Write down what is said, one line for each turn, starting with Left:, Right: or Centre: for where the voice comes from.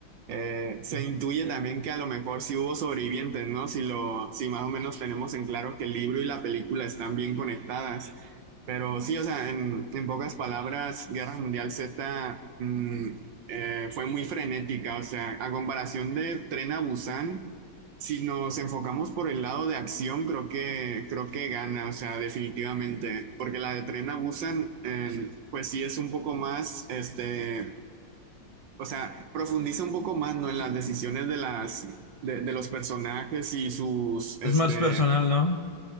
Right: eh, se intuye también que a lo mejor sí hubo sobrevivientes, ¿no? Si lo, si más o menos tenemos en claro que el libro y la película están bien conectadas. Pero sí, o sea, en, en pocas palabras, Guerra Mundial Z mm, eh, fue muy frenética. O sea, a comparación de Tren a Busan, si nos enfocamos por el lado de acción, creo que, creo que gana, o sea, definitivamente. Porque la de Tren a Busan, eh, pues sí es un poco más, este, o sea, profundiza un poco más, ¿no? En las decisiones de las, de, de los personajes y sus, este,
Left: Es más personal, ¿no?